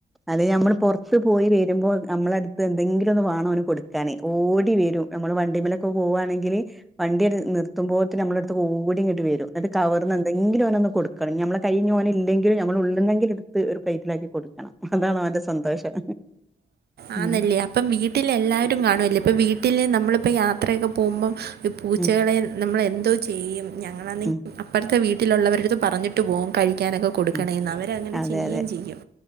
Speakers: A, in the centre; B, on the right (about 75°).
A: അത് ഞമ്മൾ പുറച്ച് പോയി വ വരുമ്പോ നമ്മളടുത്ത് എന്തെങ്കിലും ഒന്ന് വാണം ഓന് കൊടുക്കാനേ ഓടി വരും നമ്മള് വണ്ടിമ്മലൊക്കെ പോവാണെങ്കിൽ വണ്ടി നിർത്തുമ്പോത്തിന് നമ്മുടെ അടുത്ത് ഓടിങ്ങട്ട് വരും ന്നട്ട് കവർന്ന് എന്തെങ്കിലും ഓനൊന്ന് കൊട് ക്കാണ് ഇഞ്ഞി ഞമ്മളെ കയ്യിഞ്ഞോന് ഇല്ലെങ്ക് ങ്കിലും നമ്മൾ ഉള്ളുന്നെങ്കിലും ഇടുത്ത് ഒരു പ്ലേറ്റിലാക്കി കൊടുക്കണം അതാണ് അവന്റെ സന്തോഷം.
B: ആന്നല്ല
A: ഉം
B: ഇപ്പം വീട്ടിൽ എല്ലാരും കാണുവല്ലോ ഇപ്പ വീട്ടില് നമ്മളിപ്പോ യാത്രയൊക്കെ പോകുമ്പം ഈ പൂച്ചകളെ
A: ഉം
B: നമ്മളെന്തോ ചെയ്യും ഞങ്ങളാന്നെങ്കി
A: ഉം
B: അപ്പറത്തെ വീലുള്ളവരെടുത്ത് പറഞ്ഞിട്ട് പോകും കഴിക്കാനൊക്കെ കൊടുക്കണേന്ന്
A: ഉം
B: അവരങ്ങനെ
A: അതെ
B: ചെയ്യുകയും
A: അതെ
B: ചെയ്യും